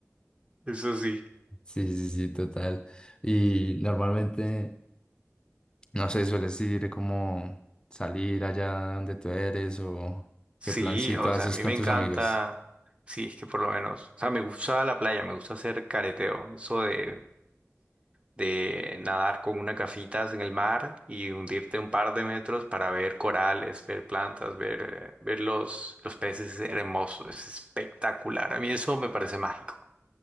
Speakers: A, on the right (about 25°); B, on the left (about 20°).
A: Eso sí.
B: Sí, sí, sí, total. Y normalmente, no sé, sueles ir como salir allá donde tú eres o
A: Sí,
B: qué plancito
A: o
B: haces
A: sea, a mí
B: con
A: me encanta.
B: tus amigos.
A: Sí, es que por lo menos. O sea, me gusta la playa, me gusta hacer careteo. Eso de, de nadar con una gafitas en el mar y hundirte un par de metros para ver corales, ver plantas, ver, eh, ver los, los peces es hermoso, es espectacular. A mí eso me parece mágico.